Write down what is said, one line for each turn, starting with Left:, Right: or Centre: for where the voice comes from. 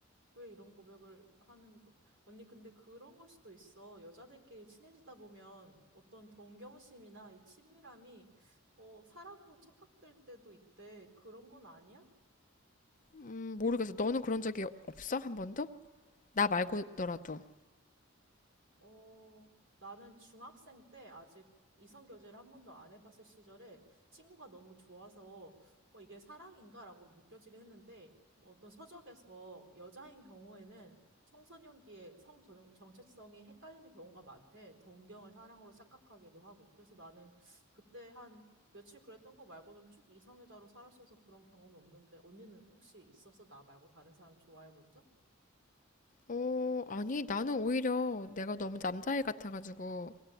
Right: 왜 이런 고백을 하는 거? 언니, 근데 그런 걸 수도 있어. 여자들끼리 친해지다 보면 어떤 동경심이나 이 친밀함이 어, 사랑으로 착각될 때도 있대. 그런 건 아니야?
Left: 음, 모르겠어. 너는 그런 적이 없어? 한 번도? 나 말고더라도.
Right: 어, 나는 중학생 때 아직 이성 교제를 한 번도 안 해봤을 시절에 친구가 너무 좋아서 어, 이게 사랑인가라고 느껴지긴 했는데 어떤 서적에서 여자인 경우에는 청소년기에 성 정- 정체성이 헷갈리는 경우가 많대. 동경을 사랑으로 착각하기도 하고. 그래서 나는 그때 한 며칠 그랬던 거 말고는 쭉 이성애자로 살았어서 그런 경험은 없는데 언니는 혹시 있었어? 나 말고 다른 사람 좋아해 본 적?
Left: 어, 아니, 나는 오히려 내가 너무 남자애 같아가지고